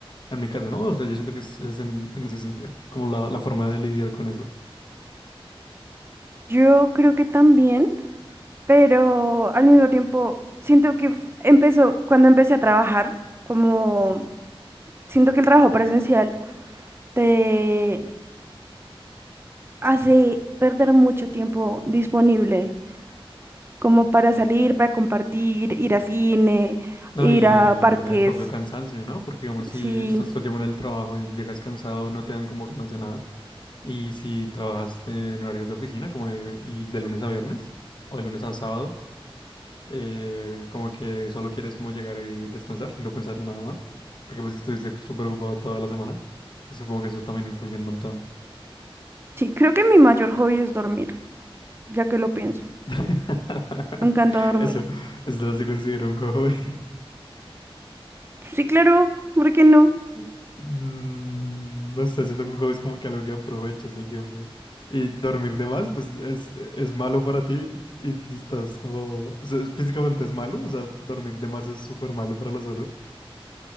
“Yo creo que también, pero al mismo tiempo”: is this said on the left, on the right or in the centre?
Right